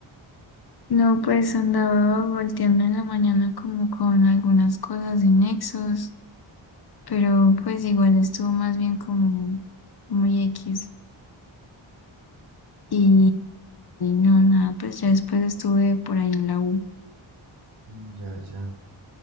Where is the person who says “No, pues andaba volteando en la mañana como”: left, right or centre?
Left